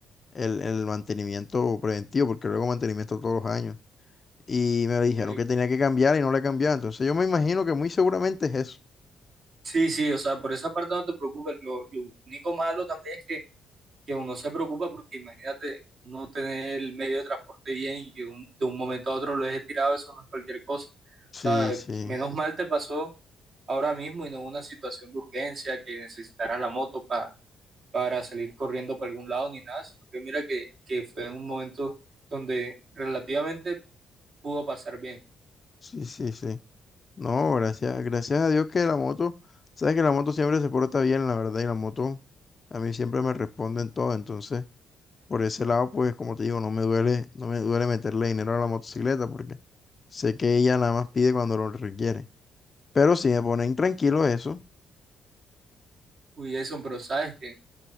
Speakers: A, on the left; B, on the right.
A: el, el mantenimiento preventivo, porque luego mantenimiento todos los años y me dijeron
B: Sí,
A: que tenía que cambiar y no la he cambiado. Entonces yo me imagino que muy seguramente es eso.
B: sí, sí, o sea, por esa parte no te preocupes. Lo, lo único malo también es que que uno se preocupa porque imagínate no tener el medio de transporte bien y que un- de un momento a otro lo dejes tirado, eso no es cualquier cosa.
A: Sí,
B: O sea,
A: sí,
B: menos mal te pasó ahora mismo y no una situación de urgencia que necesitaras la moto pa- para salir corriendo para algún lado ni nada, sino que mira que, que fue un momento donde relativamente pudo pasar bien.
A: sí, sí, sí. No, gracias, gracias a Dios que la moto, sabes que la moto siempre se porta bien, la verdad, y la moto a mí siempre me responde en todo. Entonces, por ese lado, pues como te digo, no me duele, no me duele meterle dinero a la motocicleta porque sé que ella nada más pide cuando lo requiere. Pero si me pone intranquilo eso,
B: Uy, eso, pero sabes que